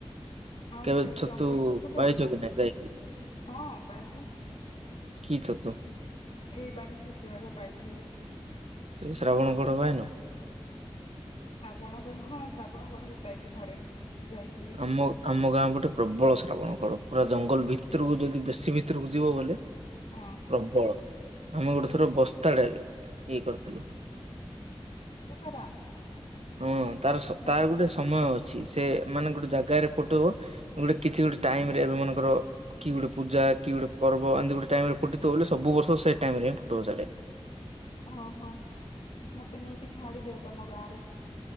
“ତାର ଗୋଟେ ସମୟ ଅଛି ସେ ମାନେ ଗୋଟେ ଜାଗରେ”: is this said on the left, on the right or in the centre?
Right